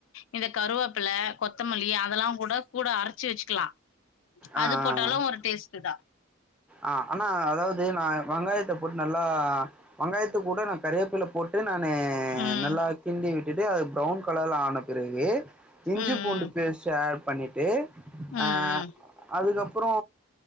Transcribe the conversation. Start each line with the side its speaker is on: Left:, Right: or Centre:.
Left: இந்த கருவேப்பில கொத்தமல்லி அதெல்லா கூட கூட அரைச்சி வச்சிக்கலா
Centre: ஆ
Left: அது
Centre: ஆ
Left: போட்டாலு
Centre: ஆ
Left: ஒரு டேஸ்ட்தா
Centre: ஆ ஆனா அதாவது நா வங்காயத்த போட்டு நல்லா வங்காயத்த கூட நா கரவேப்பில போட்டு நானு
Left: ம்.
Centre: நல்லா
Left: ம்.
Centre: கிண்டி விட்டுட்டு அது ப்ரௌன் கலர்ல ஆன பிறகு இஞ்சி
Left: ம்.
Centre: பூண்டு பேஸ்ட் ஆட் பண்ணி தே
Left: ம்.
Centre: அ
Left: ம்.
Centre: அதுக்கப் ப்புறோ